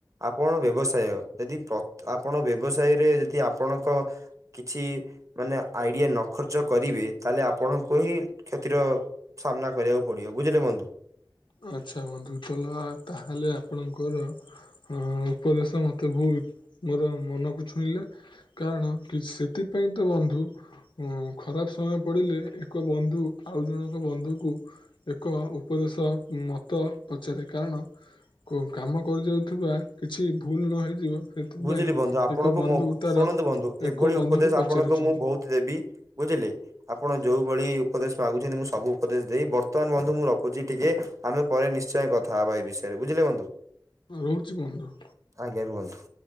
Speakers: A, on the right (about 40°); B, on the left (about 70°).
A: ଆପଣ ବ୍ୟବସାୟ ଯଦି ପ୍ରତ୍ ଆପଣ ବ୍ୟବସାୟରେ ଯଦି ଆପଣଙ୍କ କିଛି ମାନେ ଆଇଡିଆ ନ ଖର୍ଚ୍ଚ କରିବେ। ତାହେଲେ ଆପଣଙ୍କୁ ହିଁ କ୍ଷତିର ସାମ୍ନା କରିବାକୁ ପଡିବ। ବୁଝିଲେ ବନ୍ଧୁ!
B: ଆଚ୍ଛା, ବନ୍ଧୁ ତଲ ତାହେଲେ ଆପଣଙ୍କର ହଁ ଉପଦେଶ ମତେ ବୁହୁତ୍ ମୋର ମନକୁ ଛୁଇଁଲା। କାରଣ କି ସେଥିପାଇଁ ତ ବନ୍ଧୁ ଉଁ ଖରାପ ସମୟ ପଡିଲେ ଏକ ବନ୍ଧୁ ଆଉ ଜଣଙ୍କ ବନ୍ଧୁକୁ ଏକ ଉପଦେଶ ମତ ପଚାରେ କାରଣ କ କାମ କରି ଯାଉଥିବା, କିଛି ଭୁଲ ନ ହେଇଯିବ ସେଥିପାଇଁ
A: ବୁଝିଲି ବନ୍ଧୁ, ଆପଣଙ୍କୁ
B: ଏକ ବନ୍ଧୁ
A: ମୋ
B: ତାର
A: ଶୁଣନ୍ତୁ ବନ୍ଧୁ ଏଭଳି
B: ଏକ ବନ୍ଧୁକୁ
A: ଉପଦେଶ
B: ପଚାରୁଛନ୍ତି
A: ଆପଣଙ୍କୁ ମୁଁ ବହୁତ ଦେବି ବୁଝିଲେ। ଆପଣ ଯୋଉ ଭଳି ଉପଦେଶ ମାଗୁଛନ୍ତି। ମୁଁ ସବୁ ଉପଦେଶ ଦେଇ ବର୍ତ୍ତମାନ ବନ୍ଧୁ ମୁଁ ରଖୁଛି ଟିକେ। ଆମେ ପରେ ନିଶ୍ଚୟ କଥା ହବା, ଏଇ ବିଷୟ ରେ ବୁଝିଲେ ବନ୍ଧୁ।
B: ରହୁଛି ବନ୍ଧୁ।
A: ଆଜ୍ଞା ରୁହନ୍ତୁ।